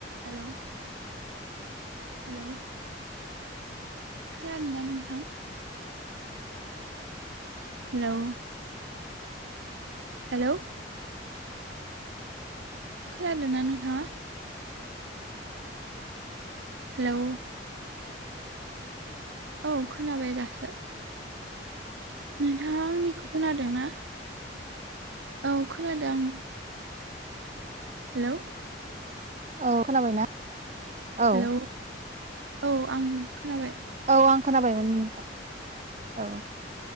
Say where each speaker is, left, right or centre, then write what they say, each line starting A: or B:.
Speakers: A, on the right (about 80°); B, on the right (about 40°).
A: Hello hello खानादों ना नोंथां हेलौ हेलौ खोनादोंना नोंथाङा हेलौ औ खोनाबाय दासो नोंथाङा आंनिखौ खोनादों ना औ खोनादों हेलौ
B: औ खोनाबायना औ
A: हेलौ औ आं खोनाबाय
B: औ आं खोनाबायमोन नो औ